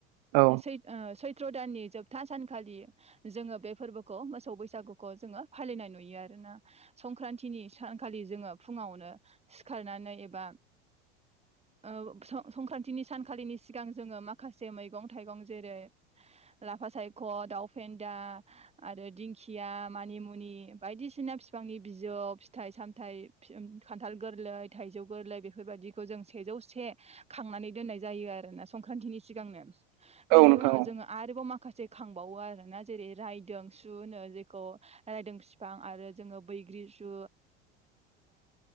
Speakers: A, on the right; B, on the right.
A: औ
B: सै ओ सै त्र दाननि जोबथा सानखालि जोङो बे फोरबोखौ मोसौ बैसागुखौ जोङो फालिनाय नुयो आरो ना संक्रान्तिनि सानखालि जोङो फुङावनो सिखारनानै एबा
A: <inaudible>
B: औ स संख्रान्थिनि सानखालिनि सिगां जोङो माखासे मैगं थाइगं जेरै लाफा सायख' दाउ फेन्दा आरो दिंखिया मानि मुनि बायदिसिना बिफांनि बिजौ फिथ सामथाइ फि खान्थाल गोरलै थाइजौ गोरलै बेफोरबायदिखौ जों सेजौ से खांनानै दोननाय जायो आरोना संक्रान्तिनि सिगांनो बेनि
A: औ नोंथां
B: उनाव
A: औ
B: जोङो आरोबाव मा माखासे खांबावो आर ना जेरै रायदों सु होनो जेखौ रायदों बिफां आरो जोङो बै बैग्रि सु